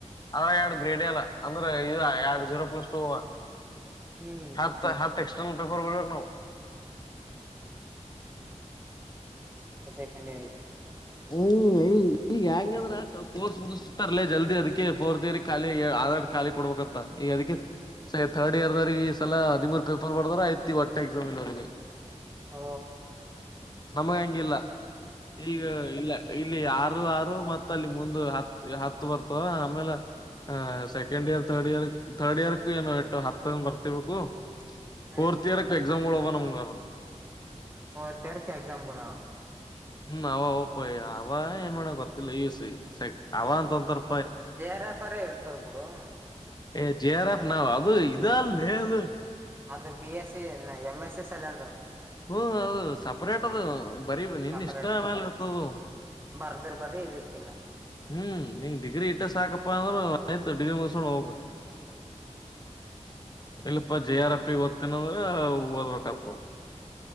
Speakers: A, on the left; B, on the right.
A: ಅದ್ರ ಎರಡು ಗ್ರೀಡ್ ಎಲ್ಲ ಅಂದ್ರೆ ಇ ಎರಡು ಜೀರೋ ಪ್ಲಸ್ ಟೂ
B: ಹ್ಮ್
A: ಹತ್ತು ಹತ್ತಕ್ಷ ನನ್ನ ಪೇಪರ್ಗಳು ನ
B: ಸೆಕಂಡ್ ಯಾರ್ <inaudible>
A: ಹ್ಮ ಈಂಗಂದ್ರಫೋರ್ಸ್ ಮುಗತರ್ಲ ಜಲ್ದಿ ಅದಕ್ಕೆ ಫೋರ್ತ್ ಇಯರ್ ಖಾಲಿ ಆಧಡ್ ಖಾಲಿ ಕೊಡ್ಬೇಕಂತ ಈ ಅದ ಸ ಥರ್ಡ್ ಇಯರ್ ದ ಈ ಸಲ ಹದಿಮೂರ್ ಪೇಪರ್ ಬದಾರ ಆಯ್ತಿ ಹೊಟ್ಟೆ ಎಕ್ಸಾಮ್ ಇಲ್ರಿಗೆ
B: ಹ
A: ನಮಗ ಹಂಗಿಲ್ಲ ಈಗ ಇಲ್ಲ ಇಲ್ಲಿ ಆರು ಆರು ಮತ್ತ ಅಲ್ಲಿ ಮುಂದ ಹತ್ ಹತ್ತು ಬರ್ತವ ಆಮೇಲೆ second year third year third ಇಯರ್ಕ್ ಏನು ಇಟ್ಟು ಹತ್ತಂದ ಬರ್ತಿಬೇಕು
B: ಹ್ಮ್
A: ಫೋರ್ಥ್ಇಯರ್ಕ್ಕ ಎಸಾಮ ಮೂಳ ಬ ನ <unintelligible>
B: ಓ ತರಕ್ಕೆ ಎಕ್ಸಾಮ್ ಕೊಡ
A: ಹ್ಮ್ ಅವ ಪಯ ಅವ ಏನ್ ಮಾಡ ಗೊತ್ತಿಲ್ಲ ಯಸ ಅವ ಅಂತೊಂತರ್
B: ಜರಫರ ಇರ್ತವ ಹಡ <unintelligible>
A: ಏ್ ಜೆ ಆರಫ್ ನಾವವು ಅದು ಇದಾಲ್ಲ ಅದು
B: ಅದು B S C M S C ಸಲ್ ಅಂದರು
A: ಹ್ಮ ಅದು ಸಪರೇಟ್ ಅದು ಬರಿೀ ನಿನ್
B: ಸಪರೇಟ್
A: ಇಷ್ಟಮೇಲೆ ಇರ್ತದು
B: ಬರ್ದರ್ ಬರ್ರಿ ಇರ್ಲಿಕ್ಕಿಲ್ಲ
A: ಹ್ಮ್ ನಿಂಗ ಡಿಗ್ರಿ ಇಟ್ಟ ಸಾಕಪ್ಪಾ ಅಂದ್ರ ಆಯ್ತು ಡಿಗ್ರಿ ಮುಸ್ಕೊಂಡು ಹೋಗ ಇಲ್ಲಿಪ ಜಿ ಆರ್ ಅ ಪಿ ್ತನಂದ ಓದ್ಬೇಕತ